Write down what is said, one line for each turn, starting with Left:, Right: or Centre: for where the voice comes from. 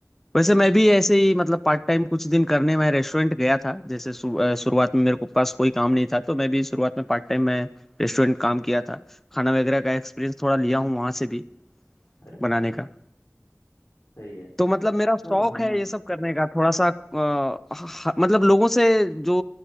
Centre: वैसे मैं भी ऐसे ही मतलब पार्ट टाइम कुछ दिन करने मैं रेस्टोरेंट गया था जैसे शु- अ, शुरुआत में मेरे को पास कोई काम नहीं था तो मैं भी शुरुआत में पार्ट टाइम में रेस्टोरेंट काम किया था खाना वगैरह का एक्सपीरियंस थोड़ा लिया हूँ वहाँ से भी
Left: अरे
Centre: बनाने
Left: वाह
Centre: का
Left: सही है
Centre: तो मतलब
Left: तो मतलब
Centre: मेरा शौक
Left: हाँ
Centre: है
Left: हम्म
Centre: ये सब करने का थोड़ा सा अ, ह- मतलब लोगों से जो